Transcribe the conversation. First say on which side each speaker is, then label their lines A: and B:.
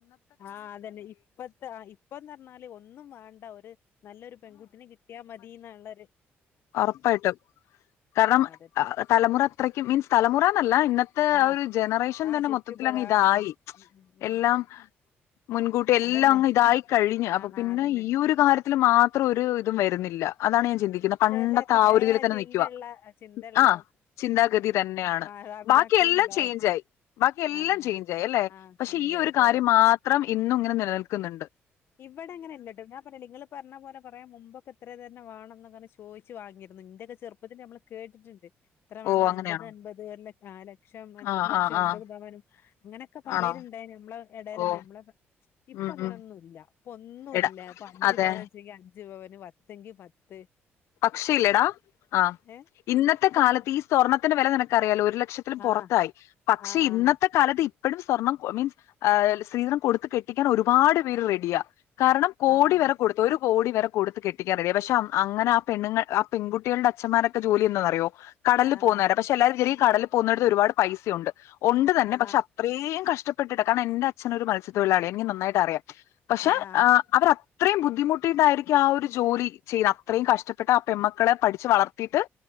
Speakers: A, on the left; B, on the left.
A: ആ അതെന്നെ ഇപ്പത്ത ഇപ്പ ന്നാല് ഒന്നും വേണ്ട ഒരു നല്ലൊരു പെൺകുട്ടിന കിട്ടിയാൽ മതി ന്നള്ളൊര്.
B: ഉറപ്പായിട്ടും കാരണം,
A: അതന്നെ
B: തലമുറ അത്രയ്ക്ക് മീൻസ് തലമുറയെന്നല്ല. ഇന്നത്തെ
A: ആ
B: ജനറേഷൻ
A: ആ
B: തന്നെ
A: ചുറ്റുപാട്
B: മൊത്തത്തിൽ അങ്ങിതായി
A: ആ അതന്നെ ഉം ഉം ഉം
B: എല്ലാം.
A: അതാ
B: മുൻകൂട്ടി എല്ലാം
A: അതന്നെ
B: അങ്ങിതായി കഴിഞ്ഞ് അപ്പൊ
A: ആ
B: പിന്നെ
A: ആ അതന്നെ
B: ഈയൊരു കാര്യത്തില് മാത്രം ഒരു ഇത്
A: ഉം
B: വരുന്നില്ല.
A: ഉം
B: ആണേ ചെയ്യ് പണ്ടത്ത
A: ചില പഴയ
B: ആ ഒരു ഇതിൽ തന്നെ
A: ചിന്തള്ള
B: നിൽകുവാ
A: ചിന്തള്ള
B: അ ചിന്താഗതി തന്നെ ആണ്
A: മാതാപിതാക്കൾ
B: ബാക്കി എല്ലാം
A: ഉണ്ടാവും
B: ചേഞ്ച്‌ ആയി ബാക്കി എല്ലാം
A: ആ ആ
B: ചേഞ്ച്‌ ആയി അല്ലെ
A: ആഹ്
B: പക്ഷെ
A: ചേഞ്ചായി
B: ഈ ഒരു കാര്യം
A: ഓ
B: മാത്രം ഇന്നും എങ്ങനെ നില നിൽക്കുന്നുണ്ട്
A: ഇവിടെ അങ്ങനെ അല്ല ഞാൻ പറഞ്ഞില്ലേ നിങ്ങൾ പറഞ്ഞ പോലെ പറയാം മുൻപ് ഒക്കെ ഇത്ര തന്നെ വേണം എന്ന് ചോദിച്ച് വാങ്ങിരുന്നു എന്റെ ഒക്കെ ചെറുപ്പത്തിൽ ഞമ്മള് കേട്ടിട്ട് ഉണ്ട് ഇത്ര
B: ഓ
A: വേണം
B: അങ്ങനെയാണോ
A: അൻപതു അൻപതു എന്ന് ലക്ഷം അൻപതു
B: ആഹ്
A: ലക്ഷം
B: ആഹ്
A: എന്ന
B: ആഹ്
A: തുക വേണം അങ്ങനെ ഒക്കെ പറയിനി
B: ആണോ
A: ഉണ്ടായിരുന്നു ഇടേലഞ്ഞെ
B: ഓ
A: ഞമ്മള് ഇപ്പ
B: ഉം
A: അങ്ങനെ
B: ഉം
A: ഒന്നുമില്ല ഒന്നുല്ല
B: എടാ
A: അഞ്ചു
B: അതെ
A: പവൻ ഇച്ചേകി അഞ്ചു പവൻ പത്തു എങ്കിൽ പത്തു
B: പക്ഷെ ഇല്ലെടാ അ
A: ഏഹ്
B: ഇന്നത്തെ
A: ഇപ്പം
B: കാലത്ത് ഈ സ്വർണ തിന്നു വില നിനക്ക് അറിയാമല്ലോ ഒരു ലക്ഷത്തിനു പുറത്ത്
A: ആഹ്
B: ആയി പക്ഷെ
A: ആഹ്
B: ഇന്നത്തെ കാലത്ത് ഇപ്പഴും സ്വർണം മീൻസ് സ്ത്രീധനം കൊടുത്ത് കെട്ടിക്കുന്ന ഒരുപാട് പേര് റെഡിയാ കാരണം കോടി
A: ആഹ്
B: വരെ കൊടുത്തു ഒരു കോടി വരെ കൊടുത്ത് കെട്ടിക്കാൻ റെഡിയാ പക്ഷേ അങ്ങനെ പെണ്ണുങ്ങൾ ആ പെൺകുട്ടികളുടെ അച്ഛമാര ഒക്കെ ജോലി എന്തുവാ എന്ന അറിയോ കടലിൽ
A: ആഹ്
B: പോകുന്നവര പക്ഷെ എല്ലാവരും <unintelligible> കടലിൽ പോകുന്നവരട്ത്ത് ഒരുപാട് പൈസ ഒണ്ട്- ഒണ്ട് തന്നെ
A: ആഹ്
B: പക്ഷെ അത്രേം കഷ്- കഷ്ടപ്പെട്ടിട്ട കാരണം എന്റെ അച്ഛനൊരു മത്സ്യ തൊഴിലാളിയ എനിക്ക് നന്നായിട്ട് അറിയാം- പക്ഷെ
A: ആഹ് ആഹ്
B: ആ അവര് ഒ അത്രേം മുദ്ധിമുട്ടിട്ട് ആയിരിക്കും ആ ഒരു ജോലി ചെയ്യാ അത്രേം കഷ്ട്ട പെട്ട് ആ പെണ്മക്കളെ പഠിച്ച് വളത്തീട്ട്-